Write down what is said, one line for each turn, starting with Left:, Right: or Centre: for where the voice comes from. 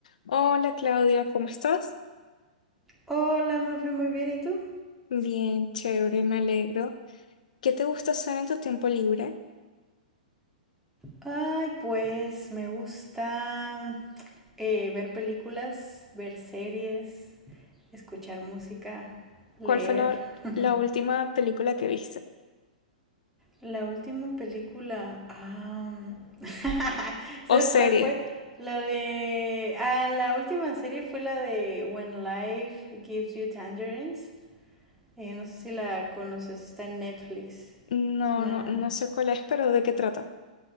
Left: Hola Claudia, ¿cómo estás?
Centre: Hola, Mafe, muy bien, ¿y tú?
Left: Bien, chévere, me alegro. ¿Qué te gusta hacer en tu tiempo libre?
Centre: Ay, pues me gusta eh, ver películas, ver series, escuchar música, leer.
Left: ¿Cuál fue la,
Centre: <laughs>
Left: la última película que viste?
Centre: La última película, am, <laughs> ¿sabes
Left: ¿O serie?
Centre: cuál fue? La de... Ah, la última serie fue la de When Life Gives You Tangerines. Eh, no sé si la conoces, está en Netflix.
Left: No,
Centre: Es una...
Left: no, no sé cuál es, pero ¿de qué trata?